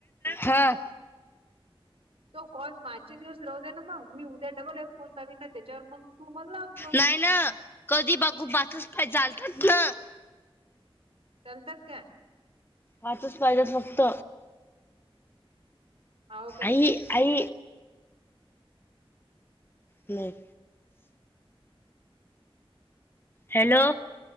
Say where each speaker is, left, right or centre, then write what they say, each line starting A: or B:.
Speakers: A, on the left; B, on the right.
A: हा
B: तो कॉल मागचे दिवस राहू दे ना मग, मी उद्या डबल एक फोन नवीन आहे त्याच्यावर मग तू मला लाव जो.
A: नाही ना कधी बाघू बातच पाय जालतात ना.
B: चालतात का?
A: पाचच पाहिजेत फक्त.
B: हाव काय?
A: आई आई. नाही. हॅलो.